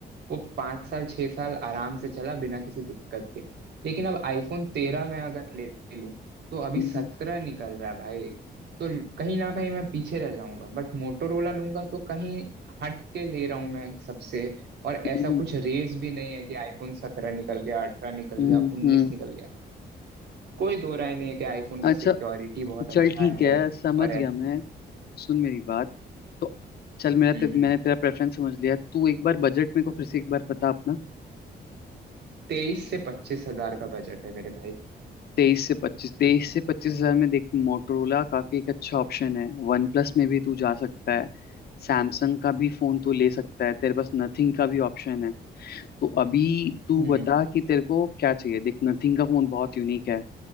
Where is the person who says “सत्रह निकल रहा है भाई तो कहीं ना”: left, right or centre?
Right